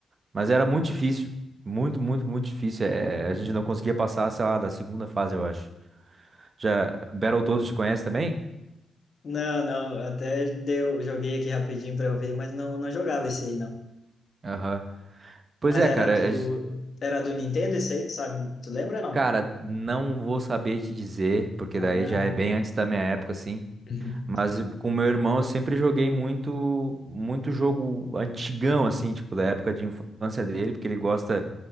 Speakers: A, on the right (about 45°); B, on the left (about 55°).
A: mas era muito difícil. Muito, muito, muito difícil. É, a
B: uhum.
A: gente não conseguia passar, sei lá, da segunda fase, eu acho. Já Battletoads te conhece também?
B: Não, não, até deu, joguei aqui rapidinho pra eu ver, mas não, não jogava esse aí, não.
A: Aham. Pois
B: Mas
A: é,
B: era
A: cara.
B: do,
A: a gen-
B: era do Nintendo esse aí, tu sabe? Tu lembra, não?
A: Cara, não vou saber te dizer, porque
B: Ah,
A: daí já é bem
B: tá.
A: antes da minha época, assim.
B: <laughs>
A: Mas com meu irmão eu sempre joguei muito, muito jogo antigão, assim, tipo, da época de infância dele, porque ele gosta,